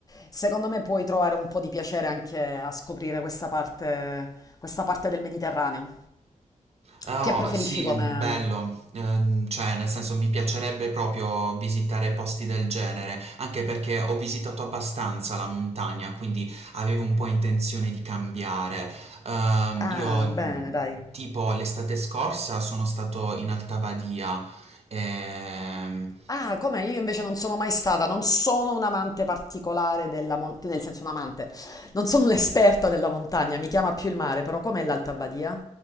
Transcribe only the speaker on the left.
secondo me puoi trovare un po' di piacere anche a scoprire questa parte, questa parte del Mediterraneo.
Che preferisci
come...
Ah,
bene, dai.
Ah, come io invece non sono mai stata, non sono un amante particolare della montagna, nel senso un amante, non sono un'esperta della montagna, mi chiama più il mare, però com'è l'Alta Badia?